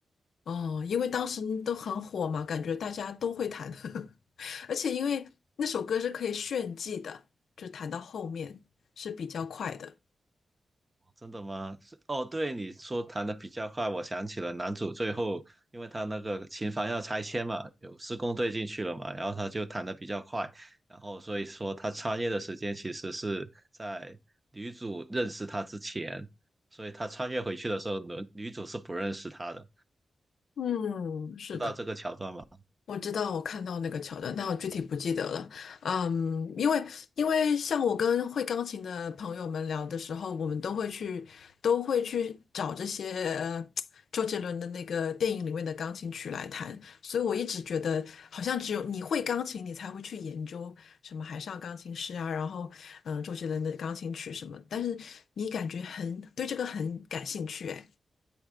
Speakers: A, on the left (about 80°); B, on the right (about 25°).
A: 哦，因为当时都很火嘛，感觉大家都会弹，<laughs> 而且因为那首歌是可以炫技的，就弹到后面是比较快的。
B: 真的吗？是哦，对，你说弹的比较快，我想起了男主最后，因为他那个琴房要拆迁嘛，有施工队进去了嘛，然后他就弹的比较快，然后所以说他穿越的时间其实是在女主认识他之前，所以他穿越回去的时候，女女主是不认识他的，
A: 嗯，是的。
B: 知道这个桥段吗？
A: 我知道，我看到那个桥段，但我具体不记得了。嗯，因为因为像我跟会钢琴的朋友们聊的时候，我们都会去都会去找这些呃周杰伦的那个电影里面的钢琴曲来弹，所以我一直觉得好像只有你会钢琴，你才会去研究什么海上钢琴师啊，然后嗯、呃周杰伦的钢琴曲什么，但是你感觉很对这个很感兴趣，哎，